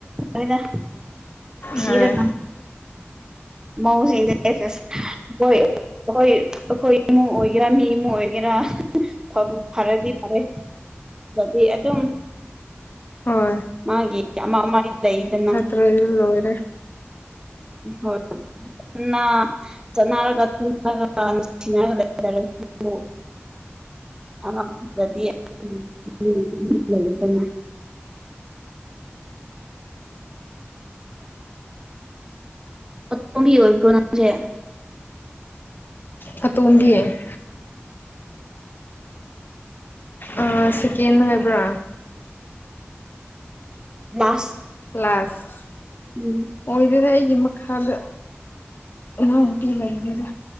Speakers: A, on the right (about 15°); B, on the left (about 50°).
A: ꯍꯗ ꯆꯔ
B: ꯍꯣꯏ
A: ꯃꯧꯁ <unintelligible> ꯑꯩꯈꯣꯏ ꯑꯩꯈꯣꯏ ꯏꯃꯨꯡ ꯑꯣꯏꯒꯦꯔꯥ ꯃꯤꯏꯃꯨꯡ ꯑꯣꯏꯒꯦꯔꯥ ꯐꯕꯨ ꯐꯔꯗꯤ ꯐꯔꯦ ꯗꯤ ꯑꯗꯨꯝ
B: ꯍꯣꯏ
A: ꯃꯥꯒꯤ ꯑꯃ ꯑꯃꯒꯤ ꯂꯩꯗꯅ
B: ꯂꯅꯦ
A: ꯍꯣꯏ ꯟꯅ ꯆꯠꯅꯔꯒ ꯊꯉꯒ ꯅꯨꯡꯁꯤꯅꯒꯔ <unintelligible> ꯑꯇꯣꯝꯒꯤ ꯑꯣꯏꯕ꯭ꯔꯣ ꯅꯪꯁꯦ
B: ꯑ ꯇꯣꯕꯤꯌꯦ ꯑ ꯁꯤꯀꯤꯦꯟ ꯍꯥꯏꯕ꯭ꯔꯥ
A: <unintelligible>
B: ꯀ꯭ꯂꯥꯁ
A: <unintelligible>
B: ꯑꯣꯏꯗꯣꯏꯗ ꯑꯩꯒꯤ ꯃꯈꯥꯗ ꯏꯅꯥꯎꯨꯄꯤ ꯂꯩꯔꯤꯗ